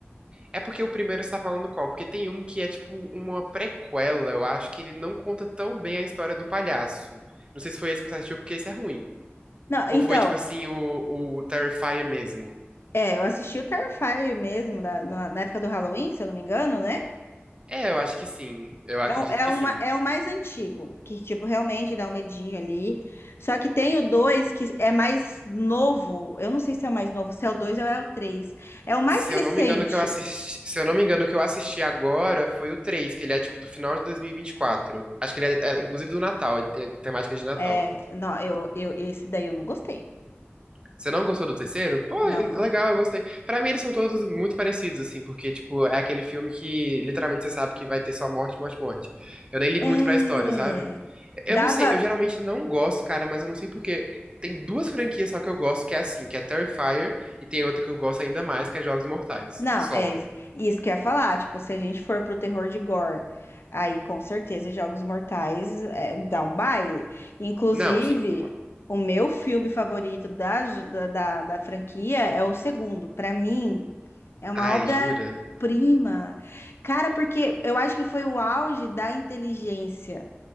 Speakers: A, on the right; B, on the left.
A: É porque o primeiro você tá falando qual? Porque tem um que é tipo uma prequela, eu acho que ele não conta tão bem a história do palhaço. Não sei se foi esse que você assistiu, porque esse é ruim.
B: Não,
A: Ou
B: então.
A: foi tipo assim, o, o Terrifier mesmo.
B: É, eu assisti o Terrifier mesmo, da- na, na época do Halloween, se eu não me engano, né?
A: É, eu acho que sim. Eu
B: É,
A: acredito
B: o- é,
A: que
B: uma,
A: sim.
B: é o mais antigo, que, tipo, realmente dá um medinho ali. Só que tem o 2 que é mais novo. Eu não sei se é o mais novo, se é o 2 ou é o três. É o mais
A: Se
B: recente.
A: eu não me engano, o que eu assisti, se eu não me engano, o que eu assisti agora foi o 3 que ele é tipo do final de 2024. Acho que ele é, é, inclusive do Natal, ele tem temática de Natal.
B: É, não, eu, eu, esse daí eu não gostei.
A: Você não gostou do terceiro? Pô,
B: Não. go-
A: legal, eu gostei. Pra mim, eles são todos muito parecidos, assim, porque, tipo, é aquele filme que literalmente você sabe que vai ter só morte, morte, morte. Eu nem ligo
B: É.
A: muito pra história, sabe? Eu
B: Dava,
A: não sei, eu geralmente não gosto, cara, mas eu não sei porque. Tem duas franquias só que eu gosto, que é assim, que é Terrifier, e tem outra que eu gosto ainda mais, que é Jogos Mortais.
B: Não,
A: Só.
B: é is- isso que eu ia falar. Tipo, se a gente for pro terror de gore, aí com certeza Jogos Mortais é, dá um baile. Inclusive,
A: Não, sim, concordo.
B: o meu filme favorito da, j- da, da, da franquia é o segundo. Pra mim, é uma
A: Ai,
B: obra-prima.
A: jura?
B: Cara, porque eu acho que foi o auge da inteligência.